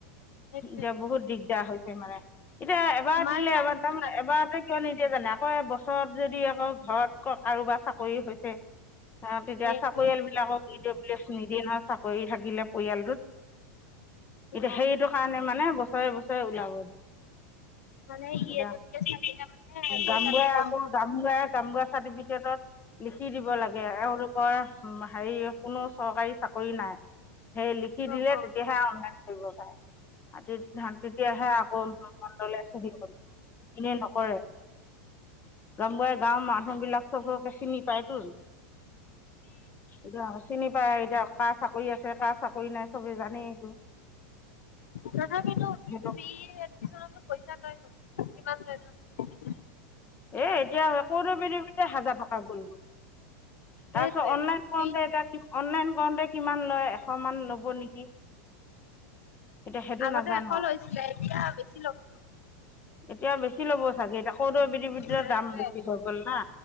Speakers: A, on the left (about 80°); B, on the left (about 25°).
A: সেইটোৱে
B: দে বহুত দিগদাৰ হৈ। কেমেৰা। এতিয়া এবাৰ
A: আমাৰ
B: দিলে
A: দিনত
B: এবাৰ
A: ইমান
B: তাৰমানে
A: নাছিলে
B: এবাৰ কিয় নিদিয়ে জানা। ক বস চৰত যদি আকৌ ঘৰত <unintelligible> চাকৰি হৈছে তেতিয়া
A: সেইটোৱে
B: চাকৰিয়াল বিলাকক ই ডব্লি এচ নিদিয়ে নহয় চাকৰি থাকিলে পৰিয়ালটোত এতিয়া
A: অ
B: সেইটোৰ কাৰণে মানে বস্তু। হয়। ওলাব
A: মানে
B: এ
A: ই ডব্লিউ এছ থাকিলে মানে পইচাটো
B: গামাই
A: কম
B: আকৌ গামাই। <unintelligible> চাৰ্টিফিকেট। লিখি দিব লাগে এওঁলোকৰ হেৰি। কোনো চৰকাৰী চাকৰি নাই। সেই লিখি দিলে
A: হয়
B: তেতিয়াহে অনলাইন কৰিব পাৰে মাটি ধান তেতিয়াহে আকৌ মণ্ডলে চহী কৰিব এনেই নকৰে গাম গাই গাওৰ মানুহ। বিলাক চবকে চিনি পাই টো। এ। চিনি পাই এতিয়া কাৰ চাকৰি আছে কাৰ চাকৰি নাই চবে জানেই এইটো।
A: তথাপিটো ফ্ৰী
B: সেইটো
A: এডমিনতো পইচা লয়। কিমান লয় জানো।
B: এ এতিয়া কাউৎএফিদাবিত হাজাৰ টকা গল গৈ।
A: সেইটোৱে
B: তাৰপিছত অনলাইন কৰোঁতে
A: ফিজ
B: এতিয়া কিমান। অনলাইন কৰোতে কিমান লয় এশ মান ল'ব নেকি। এতিয়া সেইটো
A: আগতে
B: নাজানো
A: এশ
B: আৰু
A: লৈছিলে এতিয়া বেছি লব।
B: এতিয়া বেছি ল'ব। ছাগে এতিয়া কৌদৰ আফিদাবিদ
A: সেইটোৱে
B: দাম বেছি হৈ গল না